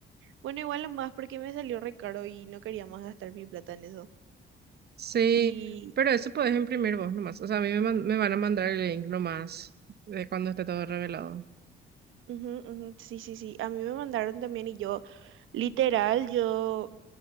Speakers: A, on the right; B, on the right.
A: bueno, igual lo más porque me salió re caro y no quería más gastar mi plata en eso.
B: Sí,
A: Y
B: pero eso puedes imprimir vos nomás. O sea, a mí me, man- me van a mandar el link nomás de cuando esté todo revelado.
A: ujú, ujú, sí, sí, sí, a mí me mandaron también y yo... Literal, yo